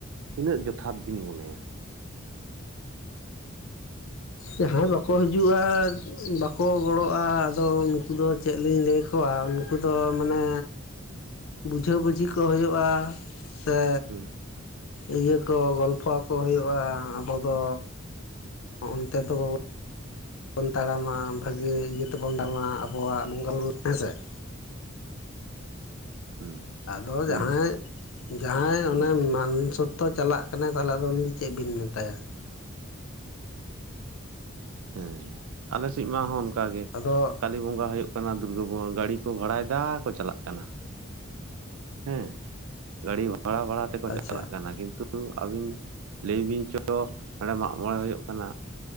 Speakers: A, on the right (about 80°); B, on the left (about 75°).
A: ᱛᱤᱱᱟᱹᱜ ᱡᱚᱛᱷᱟᱛ ᱵᱤᱱ ᱢᱚᱱᱮᱭᱟ?
B: ᱡᱟᱦᱟᱸᱭ ᱵᱟᱠᱚ ᱦᱤᱡᱩᱜᱼᱟ ᱾ ᱵᱟᱠᱚ ᱜᱚᱲᱚᱜᱼᱟ ᱟᱫᱚ ᱩᱱᱠᱩ ᱫᱚ ᱪᱮᱫ ᱞᱤᱧ ᱞᱟᱹᱭ ᱟᱠᱚᱣᱟ ᱩᱱᱠᱩ ᱫᱚ ᱢᱟᱱᱮ ᱵᱩᱡᱷᱟᱹ ᱵᱩᱡᱷᱤ ᱠᱚ ᱦᱳᱭᱩᱳᱜᱼᱟ ᱥᱮ,
A: ᱦᱩᱸ
B: ᱤᱭᱟᱹ ᱠᱚ ᱜᱚᱞᱯᱷᱚ ᱟᱠᱚ ᱦᱳᱭᱳᱜᱼᱟ ᱟᱵᱚ ᱫᱚ ᱚᱱᱛᱮ ᱛᱚ ᱵᱟᱵᱚ ᱵᱚᱱ ᱛᱟᱲᱟᱢᱟ ᱵᱷᱟᱜᱮᱹ ᱤᱭᱟᱹ ᱛᱮᱵᱚᱱ ᱫᱟᱲᱢᱟ ᱟᱵᱚᱣᱟᱜ ᱵᱚᱸᱜᱟ ᱵᱩᱨᱩ ᱦᱮᱸ ᱥᱮ ᱾
A: ᱦᱩᱸ
B: ᱟᱫᱚ
A: ᱦᱩᱸ
B: ᱡᱟᱦᱟᱸᱭ᱾ ᱡᱟᱦᱟᱸᱭ
A: ᱦᱩᱸ
B: ᱚᱱᱮ ᱢᱟᱱᱥᱚᱛᱛᱚ ᱪᱟᱞᱟᱜ ᱠᱟᱱᱟᱭ ᱛᱟᱦᱚᱞᱮ ᱟᱫᱚ ᱩᱱᱤ ᱫᱚ ᱪᱮᱫ ᱵᱤᱱ ᱢᱮᱛᱟᱭᱟ᱾
A: ᱦᱮᱸ, ᱟᱞᱮ ᱥᱮᱫ ᱢᱟ ᱦᱚᱸ ᱚᱱᱠᱟ ᱜᱮ
B: ᱟᱫᱚ
A: ᱠᱟᱞᱤ ᱵᱚᱸᱜᱟ ᱦᱳᱭᱳᱜ ᱠᱟᱱᱟ ᱫᱩᱨᱜᱟᱹ ᱵᱚᱸᱜᱟ ᱜᱟᱹᱲᱤ ᱠᱚ ᱵᱷᱟᱲᱟᱭ ᱫᱟ ᱟᱨ ᱠᱚ ᱪᱟᱞᱟᱜ ᱠᱟᱱᱟ᱾ ᱦᱮᱸ ᱜᱟᱲᱤ ᱵᱷᱟᱲᱟ ᱵᱷᱟᱲᱟ ᱛᱮᱠᱚ
B: ᱟᱪᱪᱷᱟ
A: ᱪᱟᱞᱟᱜ ᱠᱟᱱᱟ ᱠᱤᱱᱛᱩ ᱟᱹᱵᱤᱱ ᱞᱟᱹᱭ ᱵᱤᱱ ᱪᱚ ᱦᱟᱰᱮ ᱢᱟᱜᱽ ᱢᱚᱬᱮ ᱦᱳᱭᱳᱜ ᱠᱟᱱᱟ᱾